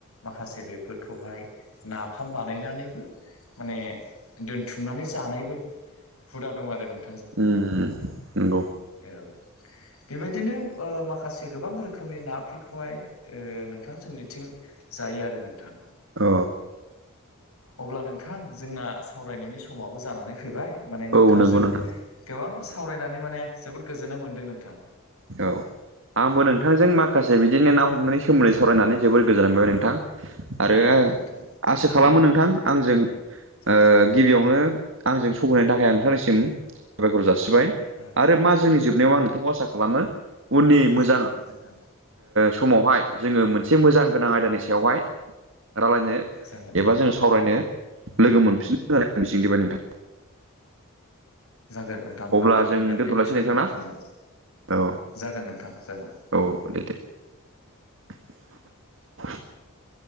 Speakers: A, on the left; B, on the right.
A: माखासे बेफोरखौहाय नाफाम बानायनानैबो माने दोनथुमनानै जानायबो हुदा दं आरो नों
B: उम नंगौ।
A: औ बेबायदिनो ओ माखासे गोबां रोखोमनि नाफोरखौहाय ओ नोंथां जोंनिथिं जायो आरो नोंथां।
B: अ
A: अब्ला नोंथां जोंना सावरायनायनि समाबो जानानै फैबाय माने नोंथांजों
B: औ नोंगौ नोंथां
A: गोबां सावरायनानै माने जोबोद गोजोननाय मोनदों नोंथां।
B: औ आंबो नोंथांजों माखासे बिदिनो ना हमनायनि सोमोन्दै सावरायनानै जोबोर गोजोननाय मोनबाय नोंथां। आरो
A: औ नोंथां
B: आसा खालामो नोंथां आंजों ओ
A: औ
B: गिबियावनो आंजों सौहैनायनि थाखाय आं नोंथांनिसिम साबायखर जासिबाय।
A: औ
B: आरो मा जोंनि जोबनायाव आं नोंथांखौ आसा खालामो उननि मोजां
A: जागोन नोंथां
B: समावहाय जोङो मोनसे मोजां
A: औ
B: गोनां
A: नोंथां
B: आयदानि सायावहाय रायलायनो
A: जागोन
B: एबा जों सावरायनो लोगो मोनफिननो आं मिजं दिबाय नोंथां।
A: जागोन नोंथां
B: अब्ला
A: मोनगोन
B: जों
A: मोनगोन
B: दोनथ'लायसै
A: निस्सय
B: नोंथां
A: मोनफिनगोन,
B: ना औ
A: जागोन नोंथां जागोन।
B: औ दे दे <unintelligible>